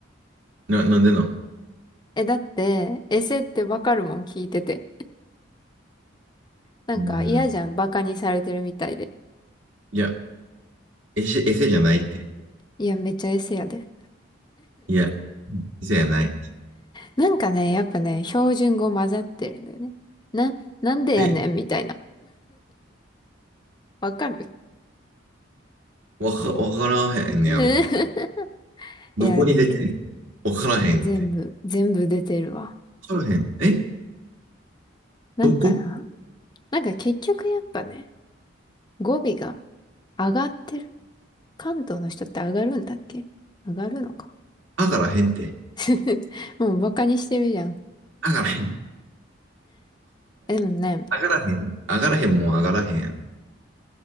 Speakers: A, on the right (about 75°); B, on the left (about 20°).
A: な、なんでなん
B: え、だって、エセってわかるもん聞いてて。なんか嫌じゃん、
A: うーん。
B: バカにされてるみたいで。
A: いや、エセ、エセじゃないって。
B: いや、めっちゃエセやで。
A: いや、エセじゃない。
B: なんかね、やっぱね、標準語混ざってるんだよね。な、なんでやねんみたいな。
A: え、
B: わかる
A: わか、わからへんねやろ。
B: <laughs> い
A: どこに出てんのわからへんって。
B: や、全部、全部出てるわ。
A: わからへん。え
B: なんかな。
A: どこ
B: なんか結局やっぱね、語尾が上がってる。関東の人って上がるんだっけ上がるのか。
A: あからへんって。
B: <laughs> もうバカにしてるじゃん。
A: あからへん。
B: えでもね、
A: あからへん。あからへんもんあがらへんやろ。